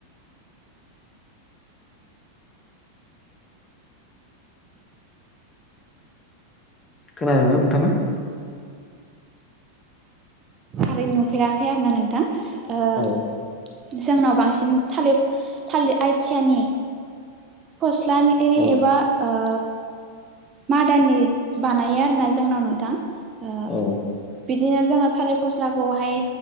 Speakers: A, on the left; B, on the right.
A: खोनादोंना नोंथाङा
B: कारै नुफेराखै आरो ना नोंथां ओ
A: औ
B: जोंनाव बांसिन थालिर थालिर आइथिआनि फस्ट <unintelligible>
A: औ
B: एबा ओ मादानि बानायो आरोना जोंनाव नोंथां ओ
A: औ
B: बिदिनो जोंहा थालिर फस्लाखौहाय